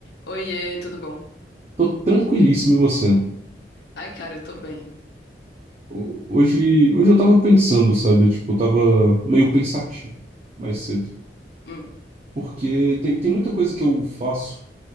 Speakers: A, on the left; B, on the right.
A: Oiê, tudo bom?
B: Tô tranquilíssimo e você?
A: Ai, cara, eu tô bem.
B: Ho- Hoje, hoje eu tava pensando, sabe? Tipo, eu tava meio pensativo mais cedo.
A: Hum,
B: Porque tem, tem muita coisa que eu faço